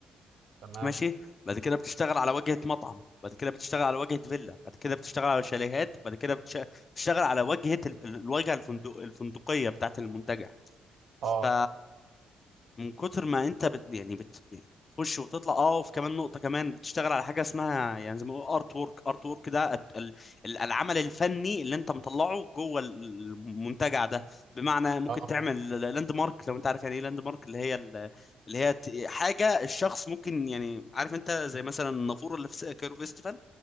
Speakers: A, on the right; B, on the left.
A: تمام
B: ماشي بعد كده بتشتغل على واجهه مطعم بعد كده بتشتغل على واجهه فيلا بعد كده بتشتغل على شاليهات بعد كده بتش- بتشتغل على واجهه ال- ال- الواجهه الفندق الفندقيه بتاعه المنتجع
A: اه
B: ف من كتر ما انت بت... يعني بت... يعني بتخش وتطلع اه وفي كمان نقطه كمان بتشتغل على حاجه اسمها يعني زي ما بيقولوا ارت وورك ارت وورك ده الت- ال... ال- العمل الفني اللي انت مطلعه جوه ال- المنتجع ده بمعنى ممكن
A: اه
B: تعمل لاند مارك لو انت عارف يعني ايه لاند مارك اللي هي ال... اللي هي ت- حاجه الشخص ممكن يعني عارف انت زي مثلا النافوره اللي في س- كايرو فيستيفال